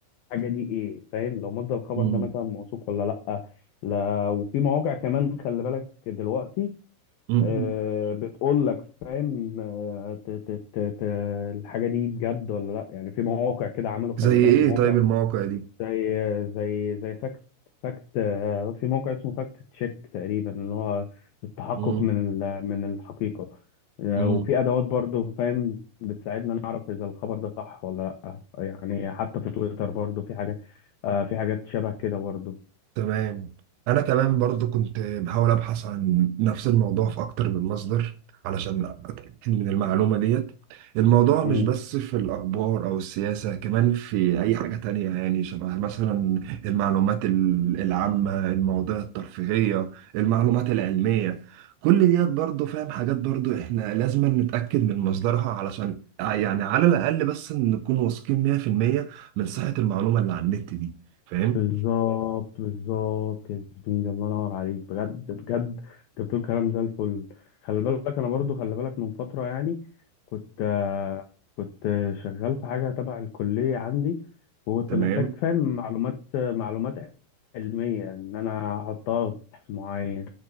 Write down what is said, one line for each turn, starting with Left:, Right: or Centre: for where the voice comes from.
Left: الحاجه دي ايه فاهم لو مصدر الخبر
Right: مم.
Left: ده مثلا موثوق ولا لا لا وفي مواقع كمان خلي بالك دلوقتي
Right: مم.
Left: آه، بتقول لك فاهم آه، ت- ت- ت- ت- الحاجه دي بجد ولا لا يعني في مواقع كده عملوا خلي
Right: زي
Left: بالك
Right: ايه
Left: مواقع
Right: طيب المواقع دي
Left: زي زي زي فاكت فاكت آه، في موقع اسمه فاكت تشيك تقريبا اللي هو التحقق
Right: امم
Left: من ال- من الحقيقة آه،
Right: امم
Left: وفي أدوات برضو فاهم بتساعدنا نعرف إذا الخبر ده صح ولا لأ يعني حتى في تويتر برضو في حاجة آه، في حاجات شبه كده برضو
Right: تمام انا كمان برضو كنت بحاول ابحث عن نفس الموضوع في اكتر من مصدر علشان اتاكد من المعلومه ديت الموضوع مش
Left: مم.
Right: بس في الاخبار او السياسه كمان في اي حاجه تانية يعني شبه مثلا المعلومات ال- العامه المواضيع الترفيهيه المعلومات العلميه كل ديت برضو فاهم حاجات برضو احنا لازم نتاكد من مصدرها علشان يعني على الاقل بس نكون واثقين 100% من صحه المعلومه اللي على النت دي فاهم
Left: بالظبط بالظبط يا زميلي الله ينور عليك بجد بجد انت بتقول كلام زي الفل خلي بالك انا برضو خلي بالك من فتره يعني كنت آه، كنت شغال في حاجه تبع الكليه عندي وكنت
Right: تمام
Left: محتاج فاهم معلومات معلومات علميه ان انا احطها في بحث معين